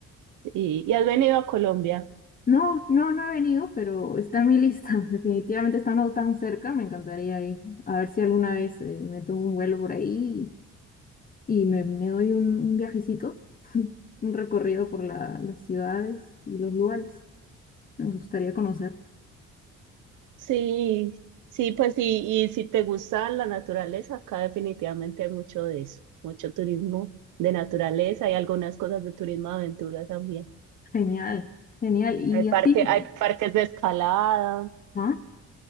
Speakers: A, on the right; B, on the left.
A: Y, y has venido a Colombia.
B: No, no, no he venido, pero está en mi lista. <laughs> Definitivamente estando tan cerca, me encantaría ir. A ver si alguna vez eh, me tomo un vuelo por ahí y, me, me doy un, un viajecito, <laughs> un recorrido por la- las ciudades y los lugares. Me gustaría conocer.
A: Sí, sí, pues sí, y si te gusta la naturaleza, acá definitivamente hay mucho de eso, mucho turismo de naturaleza, hay algunas cosas de turismo de aventura también.
B: Genial, genial. ¿Y
A: Hay parque,
B: a ti?
A: hay parques de escalada,
B: ¿Ah?